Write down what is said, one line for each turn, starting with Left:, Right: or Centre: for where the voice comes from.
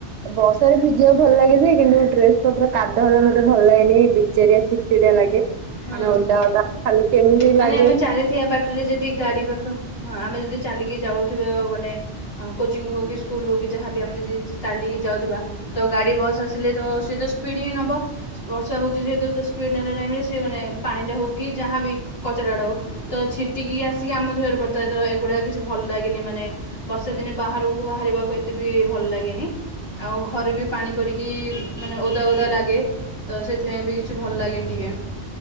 Right: ବର୍ଷା ରେ ଭିଜିବାକୁ ଭଲ ଲାଗେ ଯେ କିନ୍ତୁ ଡ୍ରେସ ପତ୍ର କାଦୁଅ ହଲେ ମତେ ଭଲ ଲାଗେନି ଭିଜାରିଆ ଅଛି। ଚିଡା ଲାଗେ ମାନେ
Left: ହଁ
Right: ଓଦା ଓଦା ଖାଲି କେମିତି
Left: ମାନେ
Right: ଲାଗେ
Left: ଆମେ ଚାଲିଥିବା ବାଟରେ ଯଦି ଗାଡି ପାଖ ଆମେ ଯଦି ଚାଲିକି ଯାଉଥିବା ମାନେ କୋଚିଂ ହଉ କିି ସ୍କୁଲ ହଉ କିି ଯାହାଵି ଆମେ ଯଦି ଚାଲିକି ଯାଉଥିବା ତ ଗାଡି ବସ୍ ଆସିଲେ ତ ସେ ତ ସ୍ପିଡ ହିଁ ନବ ବର୍ଷା ହଉଛି ଯେତୁ ସ୍ପିଡ ନେଲା ଟାଇମ ସେ ମାନେ ପାଣିଟା ହେଉ କି ଯାହା ବି କଚରାଟା ହେଉ। ତ ଛିଟିକି ଆସିକି ଆମ ଦେହରେ ପଡ଼ିଥାଏ ତ ଏଗୁଡାକ କିଛି ଭଲ ଲାଗେନି ମାନେ ବର୍ଷା ଦିନେ ବାହାରକୁ ବାହାରିବାକୁ ଏତେ ବି ଭଲ ଲାଗେନି। ଆଉ ଘରେ ବି ପାଣି ପଡ଼ିକି ମାନେ ଓଦା ଓଦା ଲାଗେ। ତ ସେଥିପାଇଁ ବି କିଛି ଭଲ ଲାଗେନି ଟିକେ।